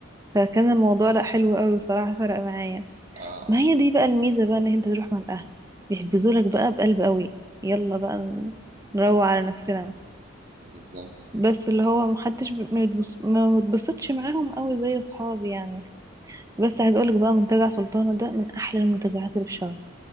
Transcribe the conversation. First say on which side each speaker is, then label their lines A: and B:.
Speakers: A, on the right; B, on the right.
A: فكان الموضوع لا حلو قوي بصراحة فرق معايا
B: اه آه،
A: ما هي دي بقى الميزة بقى ان انت تروح مع الاهل بيحجزوا لك بقى بقلب قوي يلا بقى ن- نروق على نفسنا
B: بالظبط
A: بس اللي هو محدش ب- ما يتبص- ما بتبسطش معاهم قوي زي اصحابي يعني بس عايز اقولك بقى منتجع سلطانة ده من احلى المنتجعات اللي في شرم